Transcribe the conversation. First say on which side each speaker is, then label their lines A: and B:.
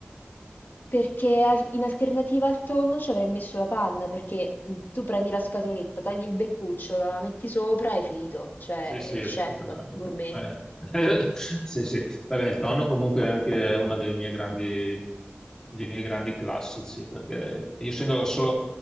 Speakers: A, on the left; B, on the left.
A: Perché al- in alternativa al tonno ci avrei messo la panna, perché mh, tu prendi la scatoletta, tagli il beccuccio, la metti sopra e è finito. Cioè,
B: Sì, sì, ho
A: chef,
B: capito. no.
A: gourmet.
B: Eh. <laughs> Sì, sì. Vabbè, il tonno comunque è anche una delle mie grandi, dei miei grandi classici, perché io essendo da solo,